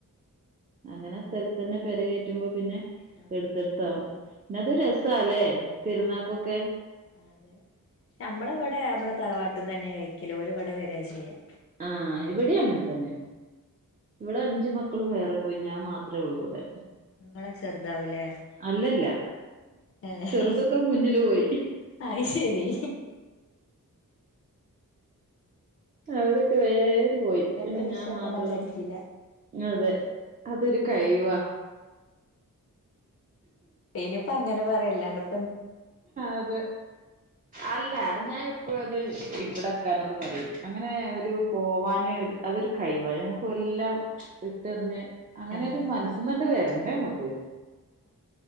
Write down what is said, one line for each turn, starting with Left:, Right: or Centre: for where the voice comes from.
Right: അങ്ങനെ സ്ഥലത്തന്നെ പെരകേറ്റുമ്പോ പിന്നെ
Left: ആ
Right: എടുത്തെടുത്താവും പിന്ന അത് രസാല്ലേ പെരുന്നാക്കൊക്കെ
Left: ആ അതെ നമ്മള് ഇവിടെ നമ്മെടെ തറവാട്ടിന്ന് തന്നെ കഴിക്കല് ഓര് ഇവിടെ വരാ ചെയ്യാ
Right: ആഹ് ഇവിടെയും അങ്ങനെ തന്നെ ഇവിടെ അഞ്ചു മക്കളും വേറെ പോയി ഞാൻ മാത്രമേ ഉള്ളൂവിടെ
Left: നിങ്ങളെ ചെറുതാവൂലേ
Right: അല്ലല്ല
Left: ആഹ്
Right: ചെറുതൊക്കെ മുന്നില് പോയി
Left: അയ്ശെരി
Right: അവരൊക്കെ വേ രെയും പോയി
Left: ഇങ്ങക്ക്
Right: പിന്നെ
Left: രക്ഷപ്പെടാൻ
Right: ഞാൻ മാത്രേയുള്ളൂ.
Left: പറ്റില്ല
Right: അതെ അതൊരു കൈവാ.
Left: ഇനിയിപ്പ അങ്ങനെ പറയല്ലാണ്ടും
Right: അതെ. അല്ല ഞാ അത് ഇവിടെ ഇക്കനോട് പറയും. അങ്ങനൊരു പോവാന് രു അതൊരു കഴ്‌വ ഞമ്മെക്ക് എല്ലാം ഇട്ടെറിഞ്ഞ് അങ്ങനൊരു
Left: ആഹ്
Right: മനസ്സന്നണ്ട് വരണ്ടേ നമ്മക്ക്.